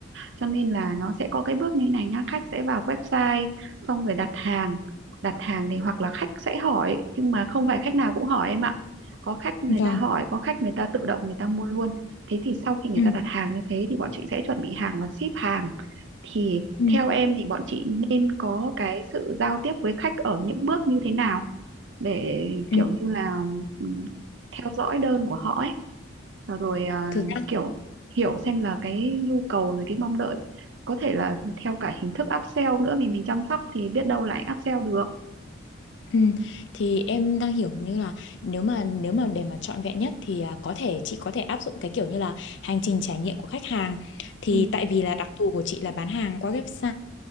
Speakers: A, on the right; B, on the left.
A: cho nên là nó sẽ có cái bước như thế này nhá khách sẽ vào website xong rồi đặt hàng đặt hàng thì hoặc là khách sẽ hỏi nhưng mà không phải khách nào cũng hỏi em ạ có khách người
B: Vâng.
A: ta hỏi có khách người ta tự động người ta mua luôn thế thì sau khi người
B: Ừ,
A: ta đặt hàng như thế thì bọn chị sẽ chuẩn bị hàng và ship hàng thì
B: ừ,
A: theo em thì bọn chị nên có cái sự giao tiếp với khách ở những bước như thế nào để kiểu
B: ừ.
A: như là ừm, theo dõi đơn của họ ấy và rồi à,
B: Thực ra
A: kiểu hiểu xem là cái nhu cầu rồi cái mong đợi có thể là theo cả hình thức upsell nữa vì mình chăm sóc thì biết đâu lại upsell được
B: ừ. Thì em đang hiểu như là nếu mà nếu mà để mà trọn vẹn nhất thì à, có thể chị có thể áp dụng cái kiểu như là hành trình trải nghiệm của khách hàng thì
A: ừ
B: tại vì là đặc thù của chị là bán hàng qua website